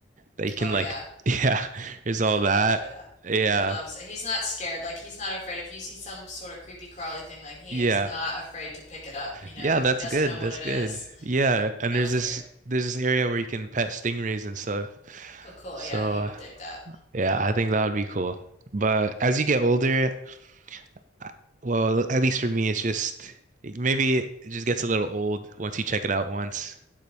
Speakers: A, on the right (about 40°); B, on the left (about 40°).
A: that you can
B: Oh
A: like
B: yeah,
A: <laughs> yeah, there's all
B: he would
A: that.
B: enjoy that.
A: Yeah.
B: He loves it. He's not scared. Like he's not afraid. If you see some sort of creepy crawly thing, like he
A: Yeah.
B: is not afraid to pick it up, you know,
A: Yeah,
B: if
A: that's
B: he doesn't
A: good.
B: know what
A: That's
B: it
A: good.
B: is.
A: Yeah, and
B: No
A: there's
B: fear.
A: this there's this area where you can pet stingrays and stuff.
B: Oh, cool.
A: So,
B: Yeah, he would dig that.
A: yeah, I think that would be cool. But as you get older, I- well, at least for me, it's just maybe it just gets a little old once you check it out once.